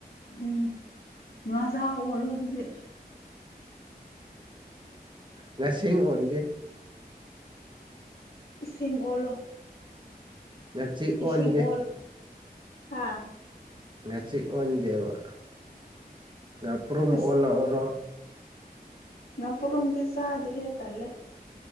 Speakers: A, on the left; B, on the right.
A: ꯎꯝ ꯉꯥꯖꯥꯎ ꯑꯣꯜꯂꯣ ꯑꯗꯨꯗꯤ
B: ꯉꯁꯤꯡ ꯑꯣꯟꯒꯦ
A: ꯏꯁꯤꯡ ꯑꯣꯜꯂꯣ
B: ꯉꯥꯆꯤꯛ ꯑꯣꯟꯒꯦ
A: ꯏꯁꯤꯡ ꯑꯣꯜ ꯍꯥꯥ
B: ꯉꯥꯁꯤꯛ ꯑꯣꯟꯒꯦꯕ ꯉꯥ ꯄꯨ꯭ꯔꯨꯝ
A: ꯑꯁ
B: ꯑꯣꯜꯂꯛꯎꯔꯣ
A: ꯉꯄꯨꯔꯨꯝꯗꯤ ꯆꯥꯗꯦꯍꯦ ꯇꯜꯂꯦ